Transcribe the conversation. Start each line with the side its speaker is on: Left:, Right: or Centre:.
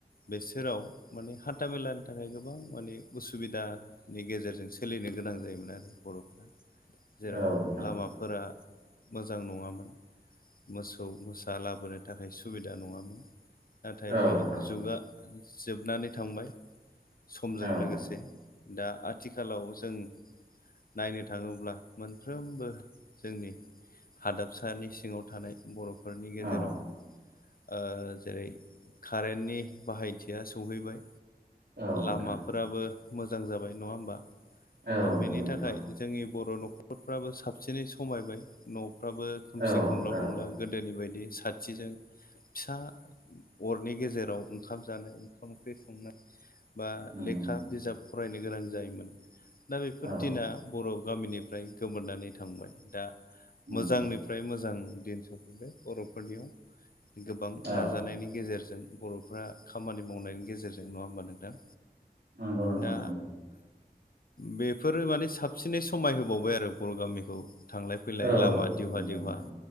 Left: बेसोराव माने हान्थामेलानि थाखाय गोबां माने उसुबिदानि गेजेरजों सोलिनो गोनां गोनां जायोमोन आरो बर'फोरा जेराव
Right: औ नोंथां
Left: लामाफोरा मोजां मोजां नङामोन मोसौ मोसा लाबोनो थाखाय सुबिदा नङामोन। नाथाय
Right: औ
Left: बे
Right: नोंथां
Left: जुगा जोबनानै थांबाय समजों
Right: औ नोंथां
Left: लोगोसे दा आथिखालाव जों नायनो थाङोब्ला मोनफ्रोमबो जोंनि हादाबसानि सिङाव थानाय बर'फोरनि गेजेराव
Right: औ
Left: ओ जेरै कारेन्टनि बाहायथिया सौहैबाय
Right: औ नोंथां
Left: लामाफोराबो मोजां जाबाय नङा होमबा
Right: औ
Left: दा बेनि
Right: नंगौ नोंथां
Left: थाखाय जोंनि बर' न'खरफ्राबो साबसिनै समायबाय न'फ्राबो खोमसि
Right: औ
Left: खोमलाव
Right: औ
Left: नंला गोदोनि बायदि साथिजों फिसा अरनि गेजेराव ओंखाम जानाय ओंखाम ओंख्रि संनाय बा
Right: नंगौ
Left: लेखा बिजाब फरायनो गोनां जायोमोन दा बेफोर
Right: औ
Left: दिना बर' गामिनिफ्राय गोमोरनानै थांबाय दा
Right: नंगौ
Left: मोजांनिफ्राय मोजां दिन सफैबाय बर'फोरनियाव गोबां
Right: औ
Left: नाजानायनि गेजेरजों बर'फ्रा खामानि मावनायनि गेजेरजों नङा होमबा नोंथां?
Right: नंगौ नोंथां
Left: दा
Right: नंगौ।
Left: बेफोरो माने साबसिनै समाय होबावबाय आरो बर' गामिखौ थांलाय फैलाय
Right: औ
Left: लामा दिवहा
Right: नंगौ
Left: दिउहा
Right: नोंथां